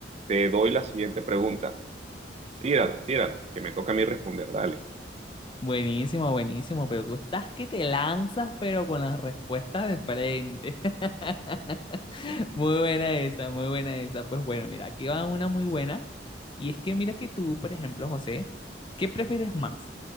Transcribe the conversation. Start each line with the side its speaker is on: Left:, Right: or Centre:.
Right: Te doy la siguiente pregunta. Tírala, tírala, que me toca a mí responder. Dale.
Left: Buenísimo, buenísimo, pero tú estás que te lanzas, pero con las respuestas de frente. <laughs> Muy buena esa, muy buena esa. Pues bueno, mira, aquí va una muy buena. Y es que mira que tú, por ejemplo, José, ¿qué prefieres más?